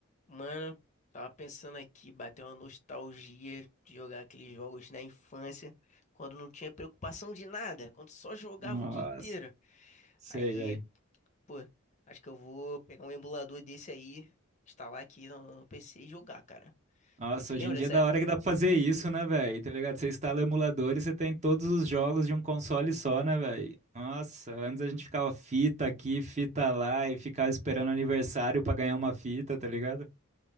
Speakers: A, on the left; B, on the right.
A: Mano, tava pensando aqui, bateu uma nostalgia de jogar aqueles jogos na infância, quando não tinha preocupação de nada, quando só jogava
B: Nossa,
A: o dia inteiro.
B: sei,
A: Aí,
B: velho.
A: pô, acho que eu vou pegar um emulador desse aí, instalar aqui no, no PC e jogar, cara.
B: Nossa,
A: Tu, tu
B: hoje
A: lembra
B: em dia
A: dessa
B: é da
A: época?
B: hora que dá pra fazer isso, né, velho? Tá ligado? Você instala o emulador e você tem todos os jogos de um console só, né, velho? Nossa, antes a gente ficava fita aqui, fita lá e ficava esperando aniversário pra ganhar uma fita, tá ligado?